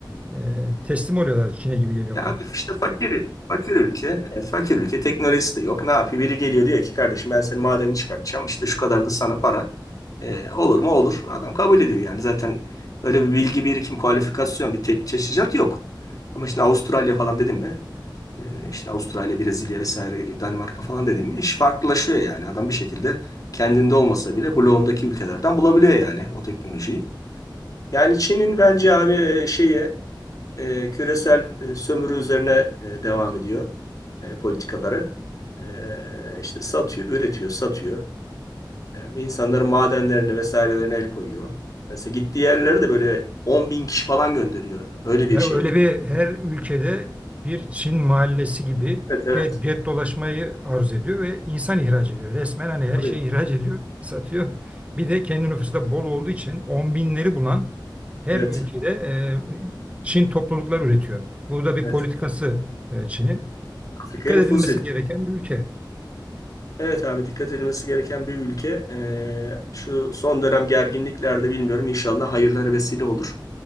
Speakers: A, on the right; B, on the left.
A: E, teslim oluyorlar Çin'e gibi geliyor
B: Ya
A: bana.
B: abi işte fakir, fakir ülke. E, fakir ülke. Teknolojisi de yok. Ne yapıyor? Biri geliyor diyor ki kardeşim ben senin madeni çıkartacağım. işte şu kadar da sana para. E, olur mu? Olur. Adam kabul ediyor yani. Zaten öyle bir bilgi birikim, kualifikasyon, bir te- teçhizat yok. Ama şimdi Avustralya falan dedim mi? e, işte Avustralya, Brezilya vesaire, Danimarka falan dedim mi? İş farklılaşıyor yani. Adam bir şekilde kendinde olmasa bile bloğundaki ülkelerden bulabiliyor yani o teknolojiyi. Yani Çin'in bence abi e, şeyi e, küresel e, sömürü üzerine e, devam ediyor e, politikaları. E, işte satıyor, üretiyor, satıyor. E, insanların madenlerini vesairelerine el koyuyor. Mesela gittiği yerlere de böyle 10 bin kişi falan gönderiyor. Öyle bir
A: Ya
B: şeyleri
A: öyle bir
B: var.
A: her ülkede bir Çin mahallesi gibi
B: Evet, evet.
A: get, get dolaşmayı arzu ediyor ve insan ihraç ediyor. Resmen hani her
B: Tabii.
A: şeyi ihraç ediyor, satıyor. Bir de kendi nüfusu da bol olduğu için on binleri bulan Her
B: Evet,
A: ülkede e, Çin topluluklar üretiyor. Burada bir
B: evet.
A: politikası e, Çin'in.
B: Afrika'ya
A: Dikkat
B: nüfuz
A: edilmesi
B: ediyor.
A: gereken bir ülke.
B: Evet abi dikkat edilmesi gereken bir ülke. E, şu son dönem gerginliklerde bilmiyorum inşallah hayırları vesile olur.